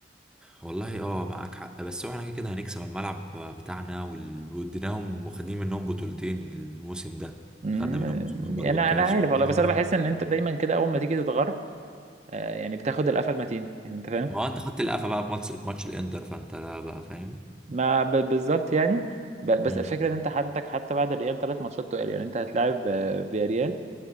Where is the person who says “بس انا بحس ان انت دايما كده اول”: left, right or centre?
Right